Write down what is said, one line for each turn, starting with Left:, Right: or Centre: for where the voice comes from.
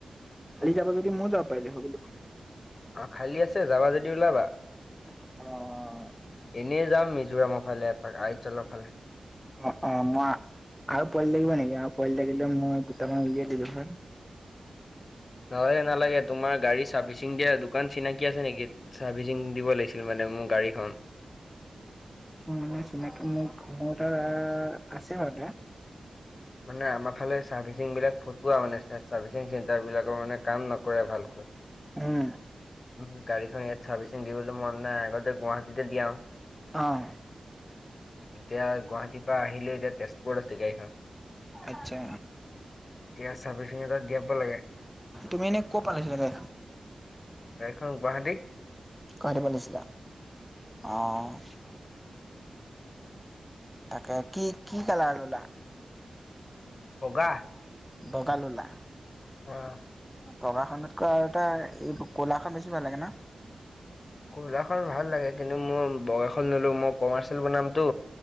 Centre: কালি যাবা যদি মই যাব পাৰিলো হয় কিন্তু।
Left: অঁ, খালী আছে যাবা যদি ওলাবা।
Centre: অঁ
Left: এনেই যাম মিজোৰাম ফালে, আইজলৰ ফালে।
Centre: অঁ, অঁ, মই আৰু পোৱালি লাগিব নেকি আৰু পোৱালি লাগিলে মই দুটামান উলিয়াই দিলো হয়।
Left: নলালে, নালাগে তোমাৰ গাড়ী চাৰ্ভিচিং দিয়া দোকান চিনাকি আছে নেকি? ছাৰ্ভিচিং দিব লাগিছিলে মানে মোৰ গাড়ীখন।
Centre: মানে চিনাকি মোৰ, মোৰ তা আছে আও এটা
Left: মানে আমাৰ ফালে চাৰ্ভিচিং বিলাক ফটাৱা মানে, চে চাৰ্ভিচিং চেণ্টাৰ বিলাকৰ মানে কাম নকৰে ভালকৈ।
Centre: উম।
Left: উম, গাড়ীখন ইয়াত চাৰ্ভিচিং দিবলৈ মন নাই, আগতে গুৱাহাটীতেই দিয়াও।
Centre: অঁ।
Left: এতিয়া গুৱাহাটীৰ পৰা আহিলেও এতিয়া তেজপুৰত আছে গাড়ীখন। এতিয়া
Centre: আচ্ছা
Left: চাৰ্ভিচিং এটা দিয়াব লাগে।
Centre: তুমি এনেই ক'ত পালাহি <unintelligible>
Left: গাড়ীখন গুৱাহাটী।
Centre: গুৱাহাটী পৰা অনিছিলা? অঁ! তাকে, কি-কি কালাৰ ল'লা?
Left: বগা।
Centre: বগা ল'লা?
Left: অঁ।
Centre: বগাখনতকৈ আৰু এটা এই ক'লাখন বেছি ভাল লাগে ন?
Left: কুলাখন ভাল লাগে। কিন্তু মই বগাখন ললো, মই কমাৰ্চিয়েল বনামতো।